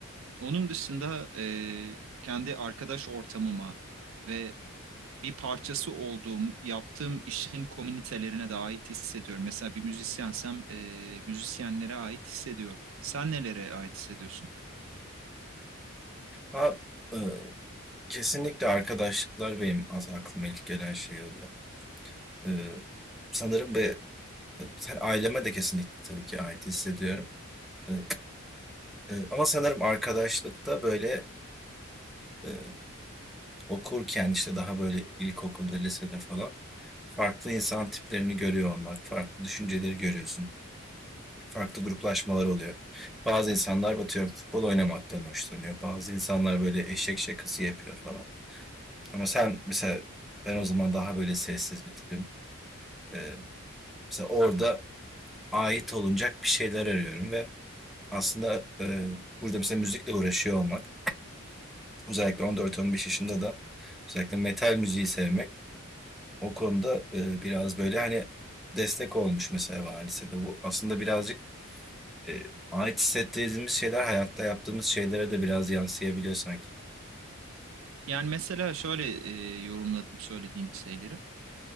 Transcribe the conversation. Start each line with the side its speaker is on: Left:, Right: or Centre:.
Right: Onun dışında eee, kendi arkadaş ortamıma ve bir parçası olduğum, yaptığım işin komünitelerine de ait hissediyorum. Mesela bir müzisyensem eee müzisyenlere ait hissediyorum. Sen nelere ait hissediyorsun?
Centre: Ama e, kesinlikle arkadaşlıklar benim az aklıma ilk gelen şey oluyor. E, sanırım ve sen aileme de kesinlikle tabii ki ait hissediyorum. E, e, ama sanırım arkadaşlıkta böyle e, okurken işte daha böyle ilkokulda, lisede falan farklı insan tiplerini görüyor olmak, farklı düşünceleri görüyorsun. farklı gruplaşmalar oluyor. Bazı insanlar atıyorum futbol oynamaktan hoşlanıyor. Bazı insanlar böyle eşek şakası yapıyor falan. Ama sen mesela ben o zaman daha böyle sessiz bir tipim. Ee, mesela orada ait olunacak bir şeyler arıyorum ve aslında e, burada mesela müzikle uğraşıyor olmak özellikle 14-15 yaşında da özellikle metal müziği sevmek o konuda e, biraz böyle hani destek olmuş mesela bana lisede. Bu aslında birazcık e, ait hissettiğimiz şeyler hayatta yaptığımız şeylere de biraz yansıyabiliyor sanki.
Right: Yani mesela şöyle e, yorumladım söylediğin şeyleri.